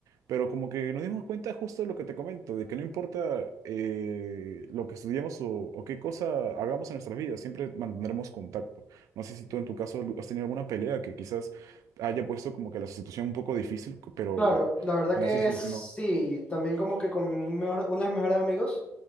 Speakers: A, on the right; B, on the left.
A: pero como que nos dimos cuenta justo de lo que te comento, de que no importa eh, lo que estudiamos o, o qué cosa hagamos en nuestras vidas, siempre mantendremos contacto. No sé si tú en tu caso has tenido alguna pelea que quizás haya puesto como que la situación un poco difícil, pero
B: Claro, la verdad
A: al final
B: que
A: se solucionó.
B: sí, también como que con mi mejor- uno de mis mejores amigos,